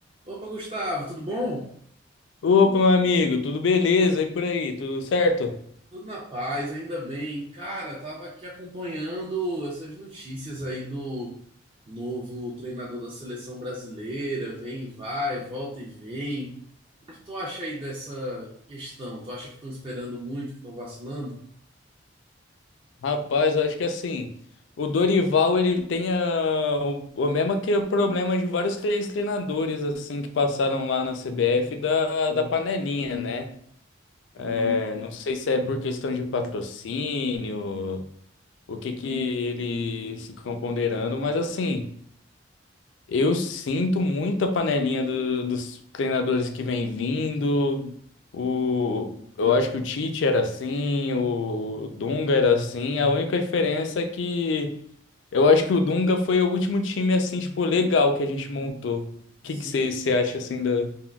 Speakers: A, on the right; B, on the left.
A: Opa, Gustavo, tudo bom?
B: Opa, meu amigo, tudo beleza? E por aí, tudo certo?
A: Tudo na paz, ainda bem. Cara, tava aqui acompanhando essas notícias aí do novo treinador da seleção brasileira, vem e vai, volta e vem. O que tu acha aí dessa questão? Tu acha que estão esperando muito, que estão vacilando?
B: Rapaz, eu acho que assim, o Dorival ele tem a, o, o mesmo que o problema de vários três treinadores assim que passaram lá na CBF da, da panelinha, né? É,
A: Hum,
B: não sei se é por questão de patrocínio, o que que ele se componderando, mas assim. Eu sinto muita panelinha do- dos treinadores que vem vindo. O, eu acho que o Tite era assim, o Dunga era assim. A única diferença é que eu acho que o Dunga foi o último time assim, tipo, legal que a gente montou.
A: sim,
B: O que que você você acha assim da,